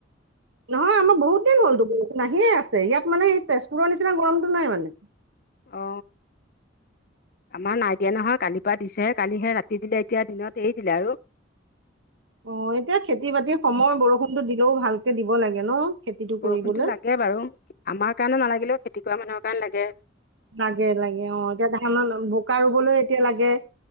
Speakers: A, on the right; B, on the left.
A: নহয়, আমাৰ বহুত দিন হ'লতো। বৰষুণ আহিয়েই আছে, ইয়াত মানে তেজপুৰৰ নিচিনা গৰমটো নাই মানে। <inaudible>
B: অ আমাৰ নাই দিয়া নহয়, কালিৰ পৰা দিছেহে, কালি সেই ৰাতি দিলে এতিয়া দিনত এৰি দিলে আৰু।
A: অ', এতিয়া খেতি বাতিৰ সময়, বৰষুণতো দিলেও ভালকে দিব লাগে ন! খেতিটো
B: বৰষুণতো
A: কৰিবলৈ
B: লাগে বাৰু, আমাৰ কাৰণে নালাগিলেও খেতি কৰা মানুহৰ কাৰণে লাগে।
A: লাগে, লাগে, অ। এতিয়া ধান, বোকা ৰুবলৈ এতিয়া লাগে।